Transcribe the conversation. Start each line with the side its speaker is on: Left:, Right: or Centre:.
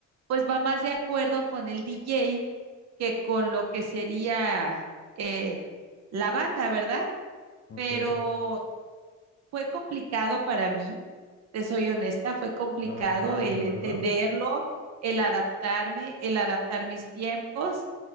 Right: pues va más de acuerdo con el DJ que con lo que sería eh, la banda, ¿verdad?
Left: Ok.
Right: Pero fue complicado para mí, te soy honesta, fue complicado
Left: Adaptarte,
Right: el
Left: ¿verdad?
Right: entenderlo, el adaptarme, el adaptar mis tiempos,